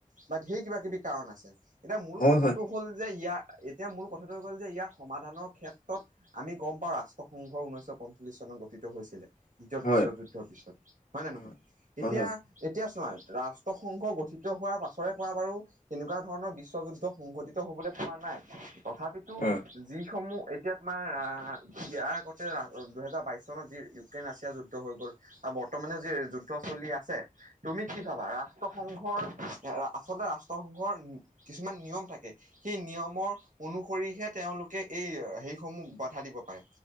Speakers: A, on the right; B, on the left.
A: বা ঢেৰ কিবা-কিবি কাৰণ আছে। এতিয়া মূল
B: হয়,
A: কথাটো
B: হয়,
A: হ'ল যে, ইয়াৰ এতিয়া মূল কথাটো হৈ গ'ল যে, ইয়াৰ সমাধানৰ ক্ষেত্ৰত আমি গম পাওঁ ৰাষ্ট্ৰসংঘ ঊনৈশ শ পঞ্চল্লিশ চনত গঠিত হৈছিলে। দ্বিতীয়
B: হয়,
A: বিশ্ব যুদ্ধৰ পিছত, হয়নে
B: হয়,
A: নহয়?
B: হয়,
A: এতিয়া, এতিয়া চোৱা ৰা সংঘ গঠিত হোৱাৰ পাছৰে পৰা বাৰু তেনেকুৱা ধৰণৰ বিশ্বযুদ্ধ সংঘটিত হ'বলৈ পোৱা নাই, তথাপিতো
B: হয় উম,
A: যিসমূহ এতিয়া তোমাৰ আহ! ইয়াৰ আগতে দুহেজাৰ বাইশ চনত যি ইউক্ৰেইন ৰাছিয়া যুদ্ধ হৈ গ'ল আৰু বৰ্তমানেও যি যুদ্ধ চলি আছে তুমি কি ভাবা, ৰাষ্ট্ৰসংঘৰ আচলতে ৰাষ্ট্ৰসংঘৰ কিছুমান নিয়ম থাকে, সেই নিয়মৰ অনুসৰিহে তেওঁলোকে এই সেইসমূহ বাধা দিব পাৰে।